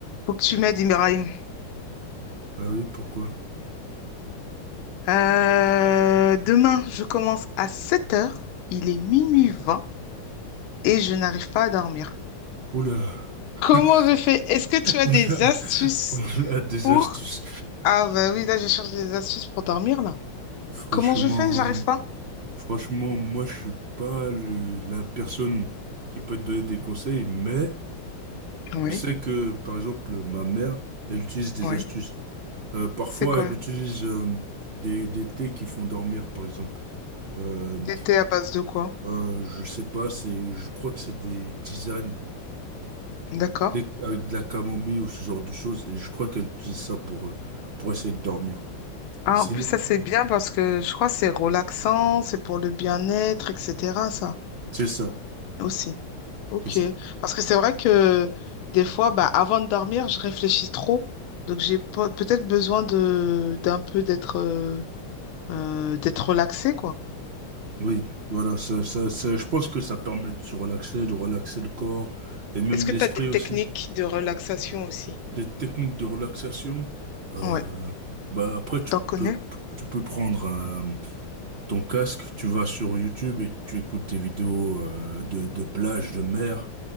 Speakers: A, on the left; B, on the right.
A: Faut que tu m'aides, Ibrahim.
B: Ah oui, pourquoi?
A: Euh, demain, je commence à 7h. Il est minuit 20 et je n'arrive pas à dormir.
B: Oula! <laughs>
A: Comment je fais? Est-ce que tu as
B: Oula!
A: des astuces
B: Oula, des
A: pour...
B: astuces.
A: Ah bah oui, là, je cherche des astuces pour dormir, là.
B: Franchement,
A: Comment je fais? J'arrive pas.
B: franchement, moi, je suis pas le- la personne qui peut te donner des conseils, mais
A: Oui,
B: je sais que, par exemple, ma mère, elle utilise des
A: oui.
B: astuces. Euh, parfois,
A: C'est quoi?
B: elle utilise euh, des, des thés qui font dormir, par exemple. Euh,
A: Des thés à base de quoi?
B: euh, je sais pas, c'est, je crois que c'est des tisanes
A: D'accord.
B: Dès- avec de la camomille ou ce genre de choses. Et je crois qu'elle utilise ça pour, euh, pour essayer de dormir.
A: Ah,
B: Sinon,
A: en plus, ça, c'est bien parce que je crois que c'est relaxant, c'est pour le bien-être, etc., ça,
B: c'est ça,
A: aussi. Ok,
B: c'est ça.
A: parce que c'est vrai que des fois, bah, avant de dormir, je réfléchis trop, donc j'ai pe- peut-être besoin de d'un peu d'être euh, euh, d'être relaxé, quoi.
B: Oui, voilà, ça, ça, ça, je pense que ça permet de se relaxer, de relaxer le corps et même
A: Est-ce que
B: l'esprit
A: tu as des techniques
B: aussi.
A: de relaxation aussi?
B: Des techniques de relaxation. Euh,
A: Ouais,
B: bah après, tu
A: t'en connais?
B: peux, tu peux prendre un- ton casque, tu vas sur YouTube et tu écoutes des vidéos euh, de, de plage, de mer.